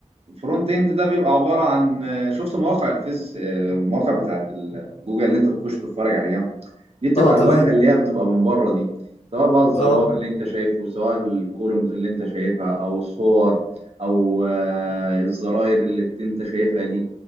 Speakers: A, on the right; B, on the left.
A: الفرونت اند ده بيبقى عباره عن شفت مواقع الفيز المواقع بتاعت ال- جوجل اللي انت بتخش تتفرج عليها دي تبقى
B: اه
A: الواجهه
B: تمام
A: اللي هي بتبقى من بره دي سواء بقى الزرار
B: اه
A: اللي انت شايفه سواء الكولومز اللي انت شايفها او الصور او آه، الزراير اللي انت شايفها دي